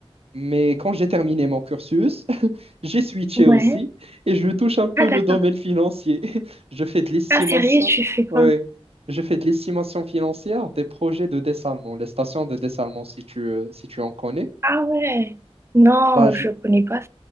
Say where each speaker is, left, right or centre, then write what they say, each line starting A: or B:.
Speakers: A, on the right; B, on the right.
A: Mais quand j'ai terminé mon cursus, <laughs> j'ai switché
B: Ouais.
A: aussi et je touche un peu
B: Ah, d'accord.
A: le domaine financier. <laughs> Je fais de l'estimation.
B: Ah, sérieux, tu fais quoi?
A: Ouais. Je fais de l'estimation financière des projets de dessalement, les stations de dessalement, si tu, euh, si tu en connais.
B: Ah, ouais. Non,
A: Bah, je...
B: je connais pas.